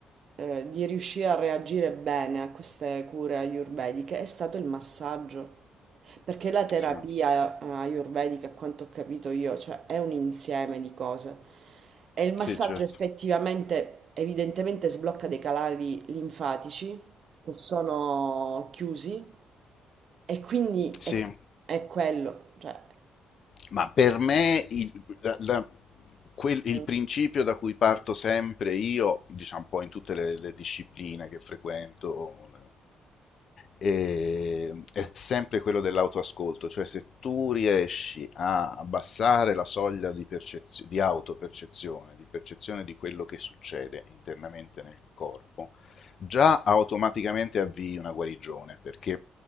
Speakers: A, on the right (about 55°); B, on the left (about 55°).
A: eh, di riuscire a reagire bene a queste cure ayurvediche è stato il massaggio. Perché la terapia
B: sì,
A: eh, ayurvedica, a quanto ho capito io, cioè è un insieme di cose. E il massaggio
B: sì, certo.
A: effettivamente, evidentemente, sblocca dei canali linfatici che sono chiusi e quindi
B: Sì.
A: è, è quello. Cioè,
B: Ma per me il, la- la- quel- il
A: eh,
B: principio da cui parto sempre io, diciamo un po' in tutte le, le discipline che frequento, eh, è sempre quello dell'autoascolto, cioè se tu riesci a abbassare la soglia di, percezio- di autopercezione, di percezione di quello che succede internamente nel corpo, già automaticamente avvii una guarigione, perché